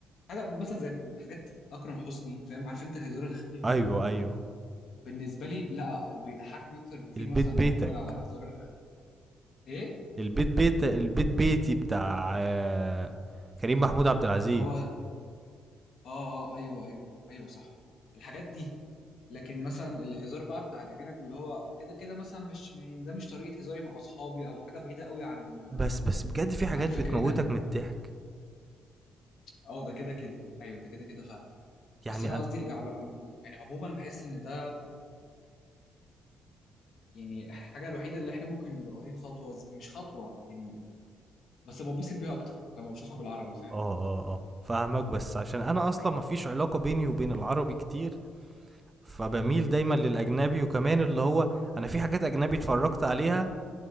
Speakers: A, on the left; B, on the right.
A: حاجه مثلا زي حاجات اكرم حسني فاهم عارف انت الهزار الخفيف
B: ايوه
A: ده
B: ايوه
A: بالنسبه لي لا بيضحكني اكتر بكتير
B: البيت
A: مثلا
B: بيتك
A: لما اتفرج على هزار ايه
B: البيت بيت البيت بيتي بتاع آه، كريم محمود عبد العزيز
A: اللي هو اه اه ايوه ايوه ايوه صح الحاجات دي لكن مثلا الهزار بقى بتاع الاجانب اللي هو كده كده مثلا مش م- ده مش طريقه هزاري مع اصحابي او حاجه بعيده قوي عن
B: بس بس بجد في حاجات
A: عن فكرنا
B: بتموتك من الضحك
A: اه ده كده كده ايوه ده كده كده فعلا
B: يعني
A: بس انا
B: انا
A: قصدي الإعلا- يعني عموما بحس ان ده يعني الحاجه الوحيده اللي احنا ممكن نبقى واخدين خطوه ز- مش خطوه يعني بس ببسط بيها اكتر لما بشوفها بالعربي فاهم
B: اه اه اه فاهمك بس عشان انا اصلا مفيش علاقة بيني وبين العربي كتير فبميل
A: امم
B: دايما للاجنبي وكمان اللي هو انا في حاجات اجنبي اتفرجت عليها